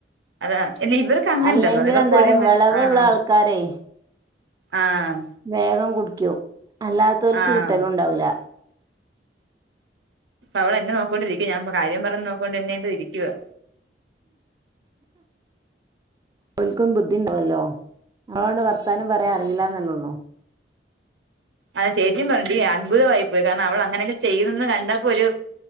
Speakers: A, on the right; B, on the right.
A: അതാ ഇല്ല ഇവർക്കങ്ങനെണ്ടന്നോ
B: അല്ലെങ്കിൽ
A: ഇവർക്കൊരുമി
B: എന്താ പറയാ വിളവുള്ള
A: ആഹ്
B: ആൾക്കാരെ
A: ആഹ്
B: വേഗം കുടിക്കും അല്ലാത്തവർക്ക്
A: ആഹ്
B: കിട്ടലുണ്ടാവൂല
A: അവളെന്നെ നോക്കോണ്ടിരിക്ക ഞാൻപ്പ കാര്യം പറയുന്ന നോക്കിക്കൊണ്ടെന്നെ ഇപ്പ ഇരിക്കുവാ
B: ഓല്ക്കും ബുദ്ധി ഉണ്ടാവല്ലോ ഞമ്മളിവിടെ വർത്താനം പറ ലെ അറിയില്ലന്നല്ലേ ഉള്ളു
A: അതെ ചേച്ചിം പറഞ്ഞെടീ അത്ഭുതമായി പോയി കാരണം അവളങ്ങനെയൊക്കെ ചെയ്യുന്നുന്ന് കണ്ടപ്പോ ഒരു